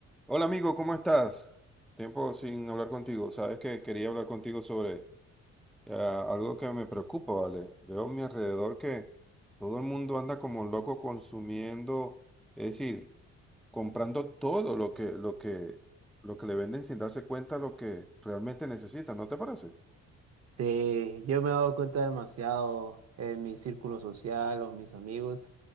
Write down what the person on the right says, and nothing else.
Sí, yo me he dado cuenta demasiado en mi círculo social o mis amigos